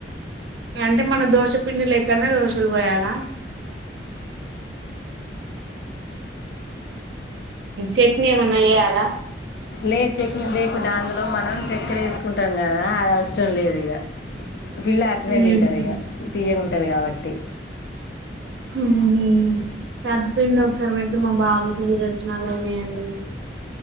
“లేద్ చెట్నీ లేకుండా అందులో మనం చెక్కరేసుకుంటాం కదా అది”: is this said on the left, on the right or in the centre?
Left